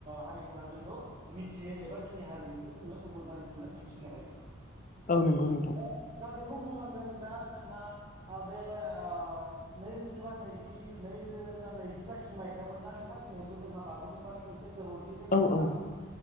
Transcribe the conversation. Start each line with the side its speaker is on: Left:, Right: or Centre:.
Right: हारिफोरा जोंखौ मिथियो एबा जोंनि हारिमुखौ जोङो गुबुन हारिफोरनो दिन्थिनो हायो
Left: औ नंगौ नोंथां
Right: दा दा बेखौ बुंनांगोन दा जोंहा आ बे आ नैरोजाबा नैजि नैरोजा नैजिबा इं मायथाइयाव मोनना नोंथां जिहेथु जोंहा बागुरुम्बानि मोनसे दोहौ जे फैदोंमोन
Left: औ औ
Right: आ